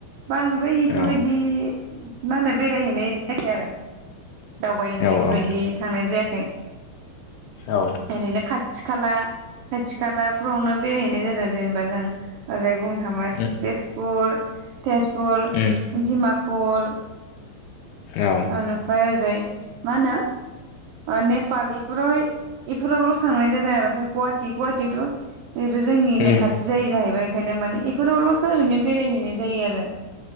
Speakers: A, on the right; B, on the left.
A: बांद्राय इफोरबायदि
B: औ
A: माने बेरायहैनाय जायाखै आरो। दावबायनाय
B: औ
A: इफोरबायदि
B: औ
A: थांनाय जाया खै।
B: औ
A: एरैनो खा थि खाला खाथि खालाफ्रावनो बेरायहैनाय जादों जेनेबा जों ओरै बुंनो थाङोबा
B: उम
A: तेजपुर तेजपुर
B: उम
A: डिमापुर
B: औ
A: ओनोफ्राय ओरैजाय मा होनो ओ नेपाल इफोरावहाय इफोरावल'सो थांनाय जादों आरो ओमफ्राय गुवाहाटि गुवाहाटियावथ' जोंनिनो
B: उम
A: खाथि जायो जाहैबाय ओंखायनो माने बेफोरावल'सो ओरैनो बेरायहैनाय जायो आरो।